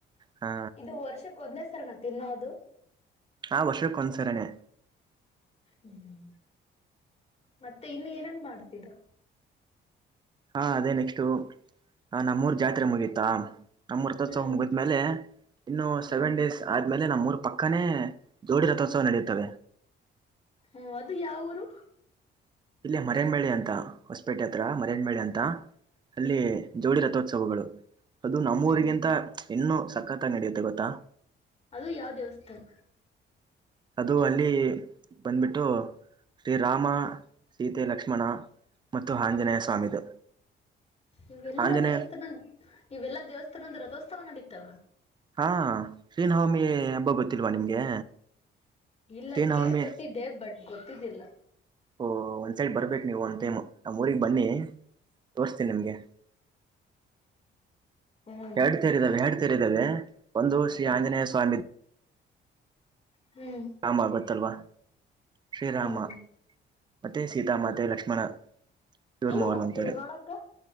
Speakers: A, on the right (about 25°); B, on the left (about 30°).
A: ಹಾ
B: ಇದು ವರ್ಷಕ್ಕ ಒಂದೇ ಸರ್ನಾ ತಿನ್ನೋದು.
A: ಹಾ ವರ್ಷಕ್ಕೊಂದ್ಸರಿನೆೆ.
B: ಹ್ಮ್ ಮತ್ತೆ ಇನ್ನು ಏನನ್ ಮಾಡ್ತೀರಾ.
A: ಹಾಂ ಅದೇ ನೆಕ್ಸ್ಟು ಹಾ ನಮ್ಮೂರು ಜಾತ್ರೆ ಮುಗಿತಾ. ಅಮ್ಮೃತೋತ್ಸವ
B: ಹ್ಮ್
A: ಮುಗ್ದ ಮೇಲೆ ಇನ್ನು
B: ಹ್ಮ್
A: ಸೆವೆನ್ ಡೇಸ್. ಆದ್ಮೇಲೆ ನಮ್ ಊರ್ ಪಕ್ಕನೇ ಜೋಡಿ ರಥೋತ್ಸವ ನಡೆಯುತ್ತವೆ.
B: ಹ್ಮ ಅದು ಯಾವ ಊರು?
A: ಇಲ್ಲಿ ಮರೇಮಬಳ್ಳಿ ಅಂತ ಹೊಸ್ಪೇಟೆ ಹತ್ರ ಮರೇಮಬಿಳ್ಳಿ ಅಂತ ಅಲ್ಲಿ
B: ಹ್ಮ್
A: ಜೋಡಿ ರಥೋತ್ಸವಗಳು ಅದು ನಮ್ಮೂಊರಿಗಿಂತ
B: ಹ್ಮ್
A: ಇನ್ನೂ ಸಖತ್ತಾಗಿ ನಡೆಯುತ್ತೆ ಗೊತ್ತಾ?
B: ಅದು ಯಾವ ದೇವಸ್ಥಾನ?
A: ಅದು ಅಲ್ಲಿ ಬಂದ್ಬಿಟ್ಟು ಶ್ರೀ ರಾಮ ಸೀತೆ ಲಕ್ಷ್ಮಣ ಮತ್ತು ಆಂಜನೇಯ
B: ಹ್ಮ್
A: ಸ್ವಾಮಿದು
B: ಇವೆಲ್ಲಾ
A: ಆಂಜನೇಯ
B: ದೇವಸ್ಥಾನ ಇವೆಲ್ಲಾ ದೇವಸ್ಥಾನದ ರಥೋತ್ಸವ ನಡೀತಾವ
A: ಹಾ ಶ್ರೀನವಮಿ ಹಬ್ಬ ಗೊತ್ತಿಲ್ವಾ ನಿಮ್ಗೆ?
B: ಇಲ್ಲ
A: ಶ್ರೀನವಮಿ
B: ಕೇಳ್ಪಟ್ಟಿದ್ದೆ ಬಟ್ ಗೊತ್ತಿದ್ದಿಲ್ಲ.
A: ಓಹ ಒಂದು ಸೈಡ್ ಬರ್ಬೇಕು ನೀವು ಒಂದು ಟೈಮ್ ನಮ್ಮ ಊರಿಗೆ ಬನ್ನಿ ತೋರಿಸ್ತೀನಿ ನಿಮಗೆ
B: ಹ್ಮ್
A: ಹೆಡ್ತರಿದಾವೆ ಹೇಡ್ತರಿದ್ದಾವೆ ಒಂದು
B: ಹೌದು
A: ಶ್ರೀ ಆಂಜನೇಯ ಸ್ವಾಮಿ
B: ಹ್ಮ್
A: ಹಂಬ ಆಗತ್ತಲ್ವಾ ಶ್ರೀರಾಮ.
B: ಹ್ಮ್
A: ಮತ್ತೆ ಸೀತಾಮಾತೆ
B: ಹ್ಮ್
A: ಲಕ್ಷ್ಮಣ ಪೂರ್ಮೋಹರ್
B: ನೀವು ಹೋಗ್ತೀರಾ
A: <unintelligible> ಅಂತರ
B: ನೋಡಕ್ಕ